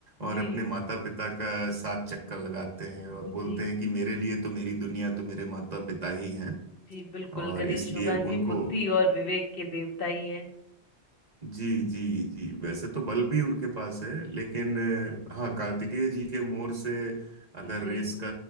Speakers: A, on the left; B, on the right.
A: जी
B: और अपने माता पिता का साथ चक्कर लगाते हैं और बोलते
A: जी
B: हैं कि मेरे लिए तो मेरी दुनिया तो मेरे माता पिता ही हैं
A: जी बिल्कुल
B: और
A: गणेश
B: इसलिए
A: भगवान
B: उनको
A: जी बुद्धि और विवेक के देवता ही हैं
B: जी जी जी वैसे तो बल भी उनके पास है लेकिन अ, हाँ कार्तिकेय जी के मोर से अगर
A: जी
B: रेस का